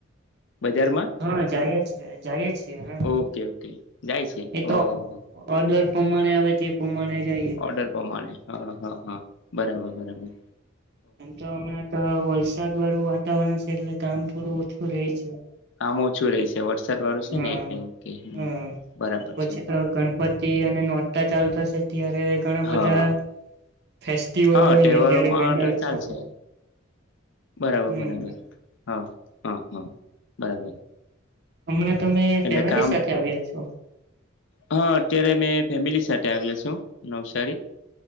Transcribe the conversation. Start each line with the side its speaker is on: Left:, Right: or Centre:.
Left: બજારમાં?
Right: હા જાયએ છે જાયએ છીએ, હા.
Left: ઓકે ઓકે જાય છે
Right: એ તો
Left: ઓહ હો હો.
Right: ઓર્ડર પ્રમાણે આવે તે પ્રમાણે જઈએ.
Left: ઓર્ડર પ્રમાણે હ હા હા બરાબરરાબર
Right: આમ તો હમણાં તો વલસાડ વાળું વાતાવરણ છે એટલે કામ થોડું ઓછું રહે છે.
Left: આમ ઓછું રે છે વરસાદ વાળું છે
Right: હા.
Left: ને એટલે ઓકે હમ્મ
Right: હા.
Left: બરાબર
Right: પછી
Left: છે.
Right: તો ગણપતિ અને નોટતા ચાલુ થશે ત્યારે ઘણા બધા
Left: હા
Right: ફેસ્ટિવલ
Left: હા
Right: હોય
Left: તહેવારોમાં
Right: ને અત્યારે બેનરસ
Left: ચાલશે
Right: તો પો
Left: બરાબર
Right: હમ્મ
Left: બરાબર
Right: બે
Left: હા હા હા બરાબર.
Right: હમણાં તમે
Left: એટલે
Right: ફેમિલી
Left: કામ
Right: સાથે આવ્યા છો?
Left: હા, અત્યારે મેં ફેમિલી સાથે આવેયો છું નવસારી.